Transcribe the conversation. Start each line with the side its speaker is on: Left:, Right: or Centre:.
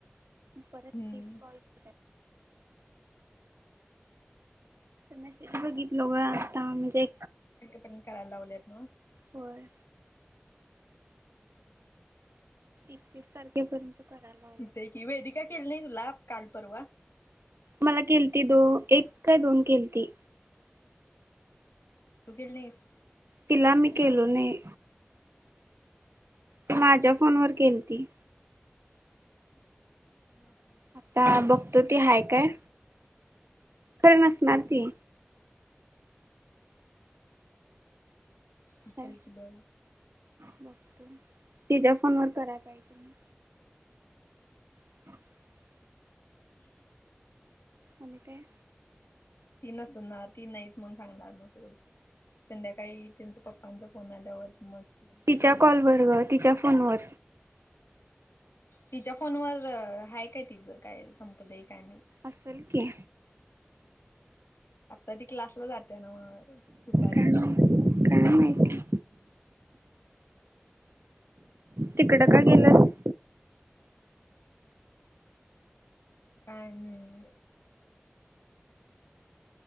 Right: परत
Left: हम्म
Right: तीस कॉल होतात. मॅसेज बागितलो ग आता म्हणजे
Left: पण करायला लावलेत नव?
Right: होय. एकतीस तारखेपर्यंत कराय लाव
Left: हुतय की, वेदिका केली नाही तुला काल परवा?
Right: मला केलती दो एक काय दोन केलती.
Left: तु गेली नाहीस?
Right: तिला मी केलो नाही. ती माझ्या फोन वर केलती.
Left: हां हां.
Right: आता बघतो ती हाय काय, खर नसणार ती.
Left: असल
Right: काय
Left: की बघ.
Right: बघतो, तिच्या फोनवर कराय पाहिजे म. <inaudible>
Left: <inaudible>
Right: आणि काय?
Left: ती नस ना ती नाहीच म्हणून सांगणार म सोड तू. संध्याकाळी त्यांच पप्पांचा फोन आल्यावर मग ती म्हणते
Right: तिच्या कॉल वर ग, तिच्या फोनवर.
Left: तिच्या फोनवर हाय काय तिचं काय, संपलंय काय माहित.
Right: असल की.
Left: आत्ता ती क्लासला जात्या नव, दुपारी
Right: काय
Left: तेन,
Right: काय
Left: दुपारी
Right: माहिती तिकडं का गेल्यास?
Left: काही नाही.